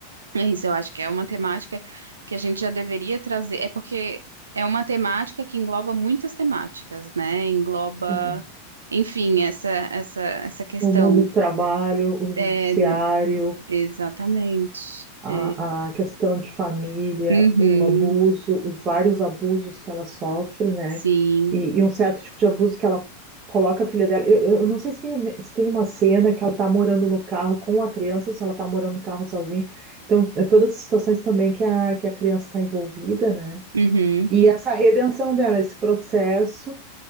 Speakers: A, on the right; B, on the right.
A: é isso, eu acho que é uma temática que a gente já deveria trazer. É porque é uma temática que engloba muitas temáticas, né? Engloba,
B: aham.
A: enfim, essa, essa, essa questão.
B: o mundo do trabalho, o judiciário,
A: É, exatamente.
B: a,
A: É,
B: a questão de família,
A: Uhum.
B: o abuso, os vários abusos que ela sofre, né?
A: Sim,
B: E,
A: é.
B: e um certo tipo de abuso que ela coloca a filha dela. Eu, eu não sei se tem, se tem uma cena que ela tá morando no carro com a criança, ou se ela tá morando no carro sozinha. Então, é todas as situações também que a, que a criança está envolvida, né?
A: uhum,
B: E essa redenção dela, esse processo